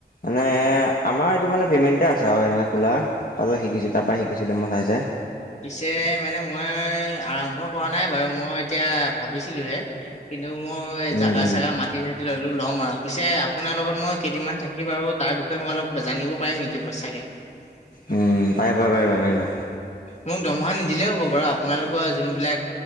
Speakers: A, on the left; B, on the left.
A: মানে আমাৰ এইটো মানে ফেমিলিতে আছে আৰু এনেকে খোলা তাতে শিকিছো তাৰ পৰা শিকিছিলো মই চাই চাই।
B: পিছে মানে মই আৰম্ভ কৰা নাই বাৰু মই এতিয়া ভাবিছিলোহে কিন্তু কিন্ত মই এই
A: উম
B: জাকা
A: উম
B: চাকা মাতি থ ললো ল'ম আৰু পিছে আপোনাৰ লগত মই কেইদিনমান থাকি বাৰু তাৰ বিষয়ে মই অলপ জানিব পাৰিম নেকি চাগে। <unintelligible>
A: উম, পাই প পাই পাইিবা।
B: মোক দৰমহা নিদিলে হ'ব বাৰু আপোনালোকৰ যোনবিলাক